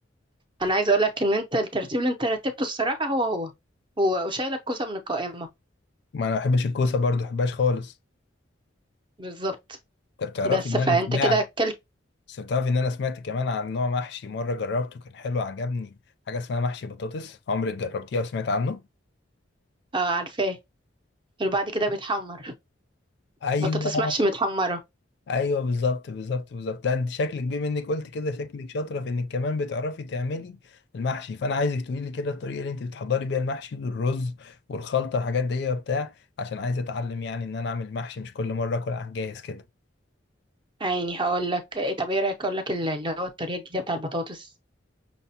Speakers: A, on the right; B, on the left.
A: انا عايزه اقول لك ان انت الترتيب اللي انت رتبته الصراحه هو هو هو وشايل الكوسه من القائمه
B: ما انا ما بحبش الكوسة برضه ما بحبهاش خالص
A: بالظبط
B: انت بتعرفي
A: بس
B: ان
A: فانت
B: انا سمعت
A: كده اكلت
B: بس بتعرفي ان انا سمعت كمان عن نوع محشي مرة جربته كان حلو عجبني حاجة اسمها محشي بطاطس عمرك جربتيها وسمعت عنه
A: اه عارفاه اللي بعد كده بيتحمر
B: ايوه
A: بطاطس محشي متحمره
B: ايوه بالظبط بالظبط بالظبط لا انت شكلك بما انك قلت كده شكلك شاطره في انك كمان بتعرفي تعملي المحشي فانا عايزك تقولي لي كده الطريقه اللي انت بتحضري بيها المحشي والرز والخلطه والحاجات دي وبتاع عشان عايز اتعلم يعني ان انا اعمل محشي مش كل مره اكل على الجاهز كده
A: عيني هقول لك طب ايه رايك اقول لك ال- اللي هو الطريقه الجديده بتاع البطاطس